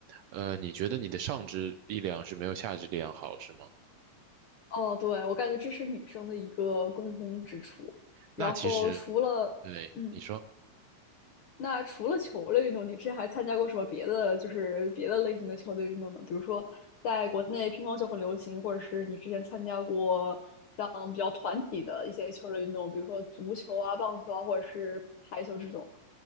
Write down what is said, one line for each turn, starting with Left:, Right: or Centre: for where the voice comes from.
Right: 呃，你觉得你的上肢力量是没有下肢力量好，是吗？
Left: 哦，对，我感觉这是女生的一个共通之处。然后除了，
Right: 那其实，对，
Left: 嗯，
Right: 你说。
Left: 那除了球类运动，你之前还参加过什么别的，就是别的类型的球类运动呢？比如说，在国内乒乓球很流行，或者是你之前参加过像比较团体的一些球类运动，比如说足球啊、棒球啊，或者是排球这种。